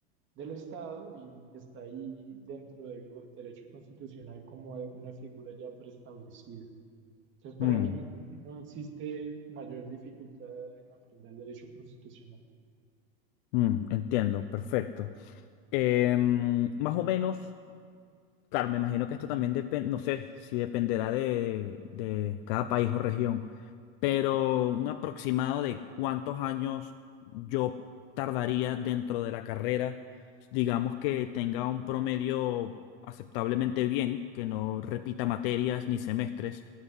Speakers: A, on the right; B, on the left.
A: del Estado y está ahí dentro del go- derecho constitucional como una figura ya preestablecida. Entonces,
B: Mm.
A: para mí no existe mayor dificultad en aprender derecho constitucional.
B: Mm, entiendo, perfecto. Em, más o menos, claro, me imagino que esto también depende, no sé si dependerá de, de cada país o región, pero un aproximado de cuántos años yo tardaría dentro de la carrera, digamos que tenga un promedio aceptablemente bien, que no repita materias ni semestres.